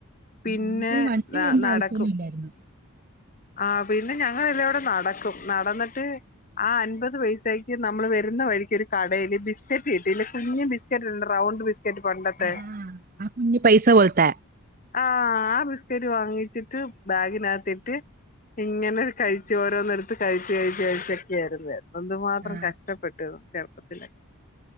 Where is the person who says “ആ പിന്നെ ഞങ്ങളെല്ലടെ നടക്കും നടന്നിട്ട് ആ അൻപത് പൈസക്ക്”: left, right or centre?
Left